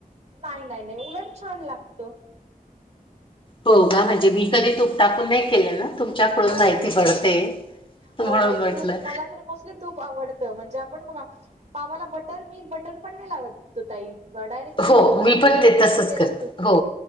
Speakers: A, on the right; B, on the left.
A: नाही नाय नाय उलट छान लागत.
B: हो कां म्हणजे मी कधी तूप टाकून नाय केले ना तुमच्याकडून
A: हो
B: माहिती पडते म्हणून
A: हो नाय
B: म्हटलं
A: तूप मला तर मोस्तली तूप आवडतं म्हणजे आपण बघा पावाला बटर मी बटर पण नाही लावत ताई डायरेक्ट तूपच
B: हो
A: लावते
B: मी पण
A: घरी
B: ते
A: बनवलेलं
B: तसंच करते
A: तूप,
B: हो